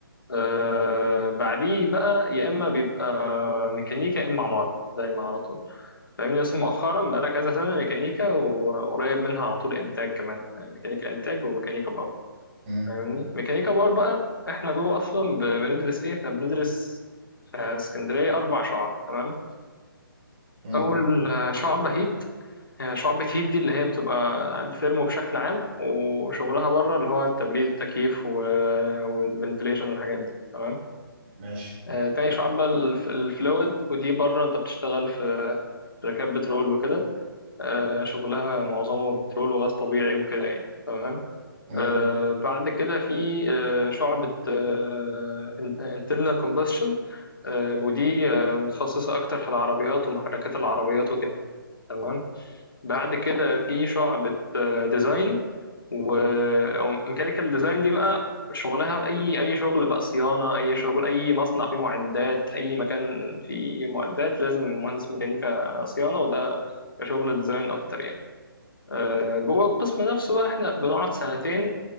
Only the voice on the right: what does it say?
مم.
مم.
ماشي
مم.